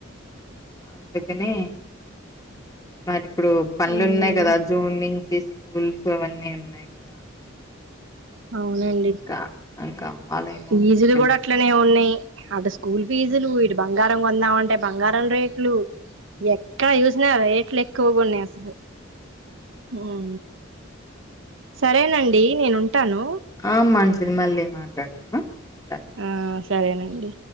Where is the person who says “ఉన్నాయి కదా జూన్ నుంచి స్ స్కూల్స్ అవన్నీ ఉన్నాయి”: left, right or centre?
Left